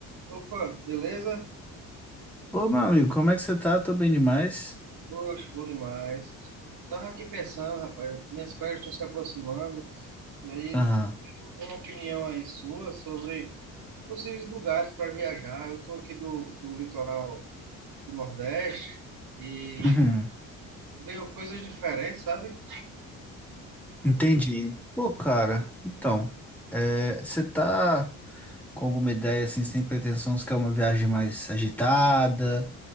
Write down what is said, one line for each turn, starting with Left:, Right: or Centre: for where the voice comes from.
Right: Opa, beleza?
Centre: Ô, meu amigo, como é que você tá? Tô bem demais.
Right: Poxa, bom demais. Tava aqui pensando, rapaz, minhas férias estão se aproximando, e aí
Centre: Aham.
Right: tem uma opinião aí sua sobre possíveis lugares para viajar. Eu tô aqui do, do litoral do Nordeste e
Centre: Uhum.
Right: veio coisas diferentes, sabe?
Centre: Entendi. Pô, cara, então, é, você tá com alguma ideia, assim, você tem pretensão, você quer uma viagem mais agitada?